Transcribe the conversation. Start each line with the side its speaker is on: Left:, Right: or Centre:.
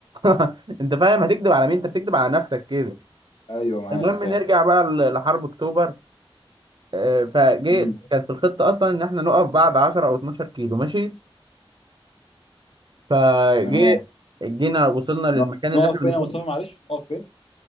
Right: <laughs> انت فاهم هتكذب على مين انت بتكذب على نفسك كده
Left: ايوه معاك
Right: المهم
Left: فاهم
Right: نرجع بقى ل- لحرب اكتوبر آه، فجه
Left: امم
Right: كانت في الخطة اصلا ان احنا نقف بعد 10 او 12 كيلو ماشي فجي
Left: تمام
Right: جينا وصلنا للمكان
Left: ن-
Right: اللي
Left: نقف
Right: احنا
Left: فين
Right: المفروض
Left: يا مصطفى معلش نقف فين